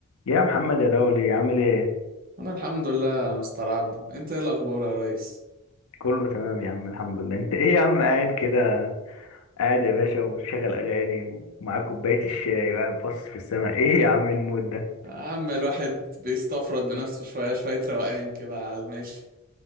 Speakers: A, on the left; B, on the right.
A: يا محمد يا دولي عامل ايه
B: انا الحمد لله يا مستر عبده انت ايه الاخبار يا ريس
A: كله تمام يا عم الحمد لله انت ايه يا عم قاعد كده قاعد يا باشا ومشغل اغاني ومعاك كوبايه الشاي وقاعد باصص في السماء ايه يا عم المود ده
B: يا عم الواحد بيستفرد بنفسه شويه شويه روقان كده على المشي